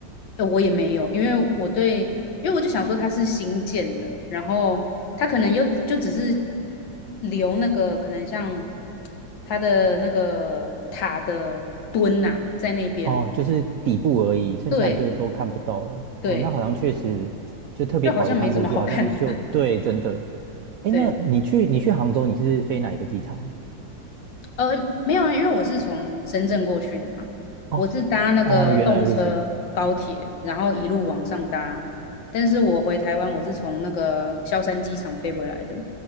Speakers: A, on the left (about 80°); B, on the right (about 75°).
A: 呃，我也没有，因为我对，因为我就想说它是新建的，然后它可能又就只是留那个可能像它的那个塔的墩呐、在那边，
B: 哦，就是底部而已，剩下就都看不到了。
A: 对对，
B: 哦，那好像确实就特别跑一趟过去，
A: 就好像没什么好看的。
B: 好像就对，
A: <laughs>
B: 真的。诶，
A: 对，
B: 那你去你去杭州，你是飞哪一个机场啊
A: 呃，没有啊，因为我是从深圳过去的嘛，
B: 哦
A: 我是搭那个动车、
B: 哦，原来如此。
A: 高铁，然后一路往上搭。但是我回台湾，我是从那个萧山机场飞回来的。